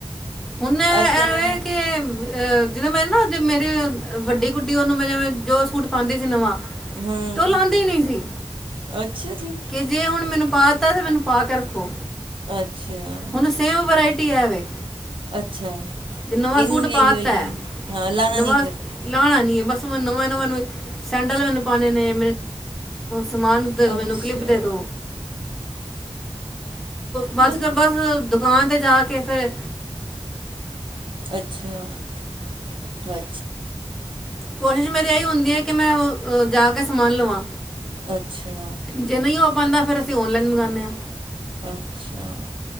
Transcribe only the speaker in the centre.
ਹੁਣ ਇਹਵੇ
ਕੇ ਜਿਦੋਂ ਮੈਂ ਨਾ ਮੇਰੀ ਵੱਡੀ ਗੂਡੀ ਉਹਨੂੰ ਮੈਂ ਜਿਵੇ ਜੋ ਸੂਟ ਪਾਉਂਦੀ ਸੀ ਨਵਾਂ
ਤੇ ਓਹ ਲਾਂਦੇ ਈ ਨੀ ਸੀ।
ਜੇ ਹੁਣ ਮੈਨੂੰ ਪਾ ਤੈ, ਤੇ ਮੈਨੂੰ ਪਾ ਕੇ ਰੱਖੋ।
ਹੁਣ ਸੇਮ ਵੈਰਾਇਟੀ ਐ ਵੇ।
ਜੇ ਨਵਾਂ
ਸੂਟ
ਪਾਤਾ
ਹੈ
ਨਵਾਂ
ਲਾਣਾ ਨੀ, ਬਸ ਮੈਨੂੰ ਨਵੇਂ-ਨਵੇਂ ਸੈਂਡਲ ਮੈਨੂ ਪਾਣੇ ਨੇ। ਸਮਾਨ ਦੇ ਦੋ, ਮੈਨੂੰ
ਕਲਿੱਪ ਦੇ ਦੋ। ਵਚ
ਤੇ ਬੱਸ ਦੁਕਾਨ 'ਤੇ ਜਾ ਕੇ ਫੇਰ।
ਕੋਸ਼ਿਸ਼ ਮੇਰੀ ਏਹੀ ਹੁੰਦੀ ਐ ਕਿ ਮੈਂ, ਜਾ ਕੇ ਸਮਾਨ ਲਵਾਂ।
ਜੇ ਨਈ ਹੋ ਪਾਂਦਾ, ਫੇਰ ਅਸੀਂ ਔਨਲਾਈਨ ਮੰਗਾਨੇ ਆਂ।